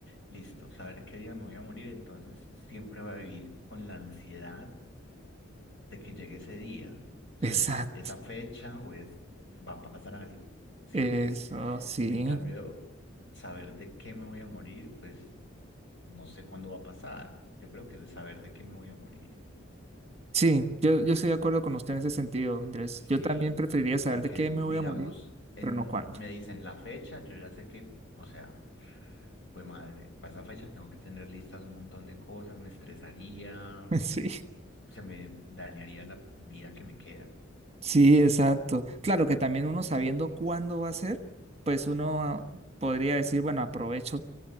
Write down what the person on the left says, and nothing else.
listo, saber qué día me voy a morir, entonces siempre va a vivir con la ansiedad de que llegue ese día, o sea,
de que esa fecha o es- va a pasar algo, ¿sí
o qué?
En cambio, saber de qué me voy a morir, pues no sé cuándo va a pasar. Yo creo que es saber de qué me voy a morir.
Sí,
porque
digamos,
en,
me dicen la fecha, yo ya sé que, o sea... Pues madre, para esa fecha tengo que tener listas un montón de cosas, me estresaría,
se me dañaría la vida que me queda.